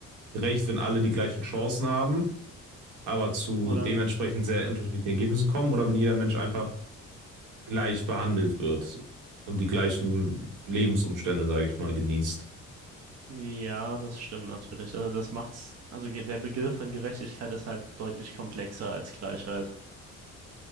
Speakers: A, on the right (about 85°); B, on the right (about 60°).
A: gerecht, wenn alle die gleichen Chancen haben, aber zu
B: oder,
A: dementsprechend sehr unterschiedlichen Ergebnissen kommen oder wenn jeder Mensch einfach gleich behandelt wird und die gleichen Lebensumstände, sage ich mal, genießt?
B: ja, das stimmt natürlich. Also das macht's, also ge- der Begriff von Gerechtigkeit ist halt deutlich komplexer als Gleichheit.